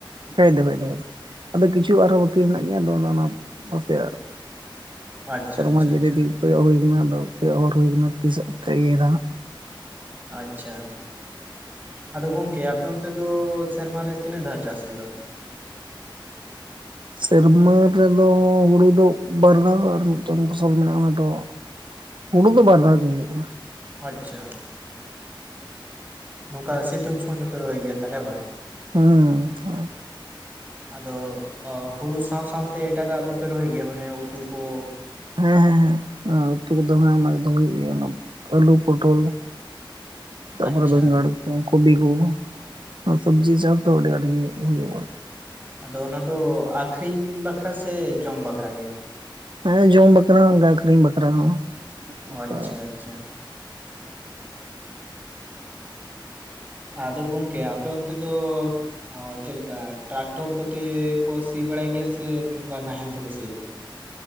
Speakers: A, on the right; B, on the right.
A: ᱮᱠ ᱫᱚᱢ ᱮᱠᱫᱚᱢ ᱫᱚᱢ, ᱟᱫᱚ ᱠᱤᱪᱷᱩ ᱟᱨᱦᱚᱸ ᱵᱟᱹᱠᱤ ᱢᱮᱱᱟᱜ ᱜᱮᱭᱟ, ᱟᱫᱚ ᱯᱟᱥᱮ
B: ᱟᱪᱪᱷᱟ
A: ᱥᱮᱨᱢᱟ
B: ᱟᱪᱪᱷᱟ
A: ᱡᱟᱲᱤ
B: ᱟᱪᱪᱷᱟ
A: ᱫᱤᱱ ᱠᱚᱭᱚᱜ ᱦᱩᱭ ᱠᱟᱱᱟ, ᱟᱫᱚ ᱠᱚᱭᱚᱜ ᱦᱚᱨ ᱦᱩᱭ ᱠᱟᱱᱟ, ᱛᱤᱥ ᱮ ᱛᱮ ᱤᱭᱟᱹᱭ ᱫᱟᱸᱦᱟ᱾
B: ᱟᱪᱪᱷᱟ᱾ ᱟᱫᱚ ᱜᱚᱝᱠᱮ ᱟᱯᱮ ᱚᱱᱛᱮ ᱫᱚ ᱥᱮᱨᱢᱟᱨᱮ ᱛᱤᱱᱟᱹᱜ ᱫᱷᱟᱣ ᱪᱟᱥ ᱦᱩᱭᱩᱜᱼᱟ?
A: ᱥᱮᱨᱢᱟ ᱨᱮᱫᱚ ᱦᱩᱲᱩ ᱫᱚ ᱵᱟᱨᱫᱟᱣ, ᱟᱨ ᱢᱤᱫᱴᱟᱹᱝ ᱫᱚ ᱥᱚᱞ ᱢᱮᱱᱟᱼᱟ ᱚᱱᱟ ᱫᱚ᱾ ᱦᱩᱲᱩ ᱫᱚ ᱵᱟᱨ ᱫᱷᱟᱣ ᱜᱮ ᱦᱩᱭᱩᱜᱼᱟ᱾
B: ᱟᱪᱪᱷᱟ, ᱱᱚᱝᱠᱟ ᱥᱤᱛᱩᱝ ᱥᱚᱢᱚᱭ ᱫᱚᱸᱯᱮ ᱨᱚᱦᱚᱭ ᱜᱮᱭᱟ, ᱛᱟᱦᱞᱮ ᱵᱟᱝ?
A: ᱦᱩᱸᱼᱢ᱾
B: <inaudible> ᱟᱫᱚ, ᱚ ᱦᱩᱲᱩ ᱥᱟᱶ ᱥᱟᱶᱛᱮ ᱮᱴᱟᱜᱼᱟᱜ ᱵᱟᱯᱮ ᱨᱚᱦᱚᱭ ᱜᱮᱭᱟ, ᱢᱟᱱᱮ ᱩᱛᱩ ᱠᱚ
A: ᱦᱮᱸ ᱦᱮᱸ ᱦᱮᱸ, ᱟᱸ ᱩᱛᱩ ᱠᱚ ᱫᱚ ᱦᱟᱸᱜ ᱚᱱᱟ ᱠᱚᱫᱚ ᱜᱮᱭᱟ ᱟᱞᱩ, ᱯᱚᱴᱚᱞ ᱛᱟᱯᱚᱨᱮ
B: ᱟᱪᱪᱷᱟ
A: ᱵᱮᱸᱜᱟᱲ ᱠᱚ ᱠᱩᱵᱤ ᱠᱩ, ᱟᱸ ᱥᱚᱵᱡᱤ ᱪᱟᱥ ᱫᱚ ᱟᱹᱰᱤ ᱟᱸᱴ ᱜᱤ ᱦᱩᱭᱩᱜᱼᱟ᱾
B: ᱟᱫᱚ ᱚᱱᱟ ᱫᱚ ᱟᱠᱷᱨᱤᱧ ᱵᱟᱠᱷᱨᱟ ᱥᱮ ᱡᱚᱢ ᱵᱟᱠᱷᱨᱟ ᱜᱮ?
A: ᱦᱮᱸ ᱡᱚᱢ ᱵᱟᱠᱷᱨᱟ ᱦᱚᱸ, ᱟᱹᱠᱷᱨᱤᱧ ᱵᱟᱠᱷᱨᱟ ᱦᱚᱸ᱾
B: ᱚ
A: ᱚᱱᱠᱟ
B: ᱟᱪᱪᱷᱟ ᱟᱪᱪᱷᱟ᱾ ᱟᱫᱚ ᱜᱚᱢᱠᱮ ᱟᱯᱮ ᱚᱱᱛᱮ ᱫᱚ ᱚ ᱪᱮᱫ ᱞᱮᱠᱟ, ᱴᱨᱟᱠᱴᱚᱨ ᱠᱚᱛᱮ ᱠᱚ ᱥᱤ ᱵᱟᱲᱟᱭ ᱜᱮᱭᱟ, ᱥᱮ ᱱᱚᱝᱠᱟ ᱱᱟᱦᱮᱞ ᱛᱮᱠᱚ ᱥᱤᱭᱟ?